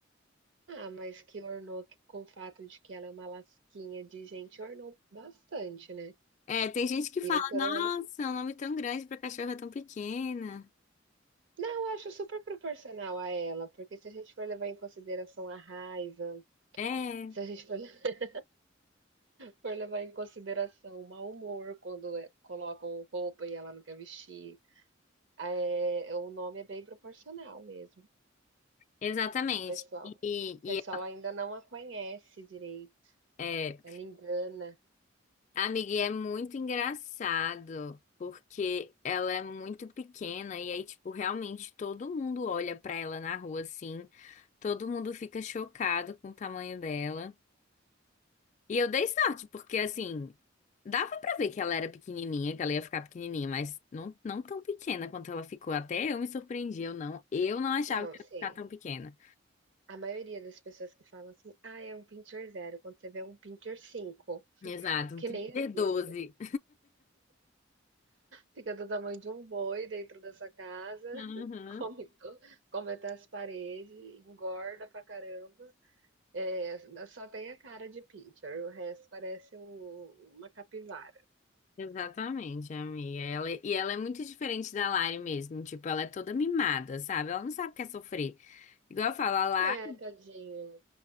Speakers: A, on the right; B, on the left.
A: Ah, mas que ornou que com o fato de que ela é uma lasquinha de gente, ornou bastante, né.
B: É, é, tem gente que fala,
A: Eu pelo
B: nossa,
A: menos
B: é um nome tão grande pra cachorra tão pequena.
A: não, eu acho super proporcional a ela, porque se a gente for levar em consideração a raiva,
B: É,
A: se a gente for <laughs> for levar em consideração o mau humor quando, eh, colocam roupa e ela não quer vestir, eh, o nome é bem proporcional mesmo,
B: exatamente.
A: o pessoal.
B: E,
A: O pessoal
B: e
A: ainda não a conhece direito,
B: é,
A: ela engana.
B: amiga, e é muito engraçado porque ela é muito pequena e aí, tipo, realmente todo mundo olha pra ela na rua assim. Todo mundo fica chocado com o tamanho dela. E eu dei sorte, porque assim, dava pra ver que ela era pequenininha, que ela ia ficar pequenininha, mas não, não tão pequena quanto ela ficou. Até eu me surpreendi, eu não, eu não achava
A: Não,
B: que
A: sim.
B: ela ia ficar tão pequena.
A: A maioria das pessoas que falam assim: "Ah, é um pincher zero. quando você vê é um pincher 5,
B: Exato,
A: que
B: um
A: nem
B: D12.
A: existe. Fica do tamanho de um boi dentro da sua casa,
B: Uhum.
A: <laughs> come to come até as paredes, engorda pra caramba. É, só tem a cara de pincher, o resto parece um uma capivara.
B: Exatamente, amiga. Ela, e ela é muito diferente da Lari mesmo. Tipo, ela é toda mimada, sabe? Ela não sabe o que é sofrer. Igual eu falo, a Lari,
A: É, tadinho.